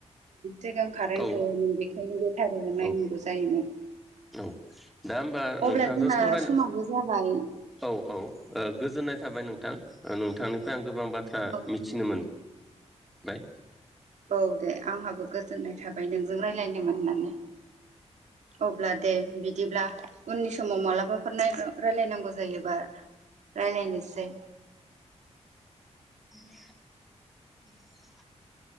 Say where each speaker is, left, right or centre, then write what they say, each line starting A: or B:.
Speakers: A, on the right; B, in the centre.
A: सिगां कारेन्ट
B: औ
A: गैयामोन बेखायनो बेटारिजों नायनांगौ
B: औ
A: जायोमोन
B: औ दा होमबा
A: अब्ला
B: नोंथांजों
A: जोंना
B: सावरायना
A: समाबो जाबाय
B: औ औ गोजोननाय थाबाय नोंथां नोंथां नोंथांनिफ्राय आं गोबां बाथ्रा
A: औ
B: मिथिनो मोनाय
A: औ दे आंहाबो गोजोननाय जोननाय थाबाय नोंजों रायलायनो मोननानै अब्ला दे बिदिब्ला बिदिब्ला उननि समाव मालाबाफोर रायलायनांगौ जायोबा रायलायनोसै
B: <unintelligible>